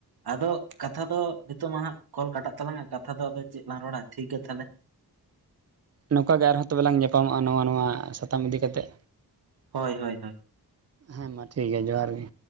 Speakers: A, on the right; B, on the right.
A: ᱟᱫᱚ ᱠᱟᱛᱷᱟ ᱫᱚ ᱱᱤᱛᱚᱜ ᱢᱟ ᱦᱟᱸᱜ ᱠᱚᱞ ᱠᱟᱴᱟᱜ ᱛᱟᱞᱟᱝᱟ, ᱠᱟᱛᱷᱟ ᱫᱚ ᱟᱫᱚ ᱪᱮᱜ ᱞᱟᱝ ᱨᱚᱲᱟ ᱴᱷᱤᱠ ᱜᱮᱭᱟ ᱛᱟᱦᱚᱞᱮ᱾
B: ᱱᱚᱝᱠᱟ ᱜᱮ ᱟᱨᱦᱚᱸ ᱛᱚᱵᱮ ᱮᱞᱟᱝ ᱧᱟᱯᱟᱢᱚᱜ-ᱟ, ᱱᱚᱣᱟ ᱱᱚᱣᱟ ᱥᱟᱛᱟᱢ ᱤᱫᱤ ᱠᱟᱛᱮᱜ᱾
A: ᱦᱚᱭ, ᱦᱚᱭ, ᱦᱳᱭ᱾
B: ᱦᱮᱸ ᱢᱟ ᱴᱷᱤᱠ ᱜᱮᱭᱟ, ᱡᱚᱦᱟᱨ ᱜᱮ᱾